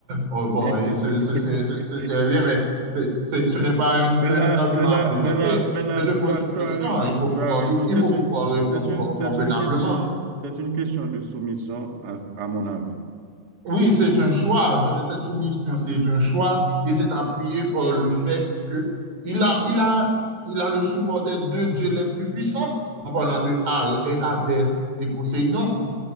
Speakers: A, on the right (about 85°); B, on the right (about 35°).
A: oh, bon
B: <laughs>
A: et ce, ce serait, ce- ce serait bien, mais c'est- c'est- ce n'est pas un,
B: Mais
A: un
B: là,
A: argument
B: mais là,
A: à présenter.
B: mais là, mais là,
A: Je te
B: tu
A: pose
B: as,
A: une
B: tu
A: question,
B: as raison,
A: hein, il faut
B: tu
A: pouvoir,
B: as raison. C'est
A: il, faut pouvoir
B: une,
A: répondre
B: c'est une, c'est
A: convenablement.
B: une question, c'est une question de soumission à, à mon avis,
A: Oui, c'est un choix. Cette soumission, c'est un choix et c'est appuyé par le fait que il a, il a, il a le support des deux dieux les plus puissants, en parlant de Hal et Hadès et Poséidon.